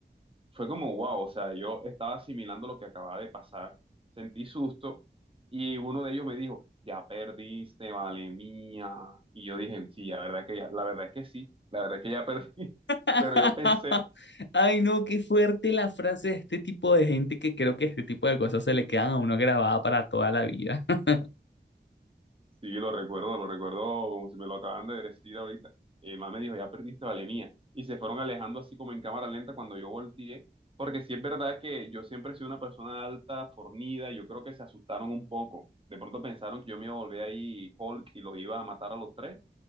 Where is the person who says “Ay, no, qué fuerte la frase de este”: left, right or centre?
Left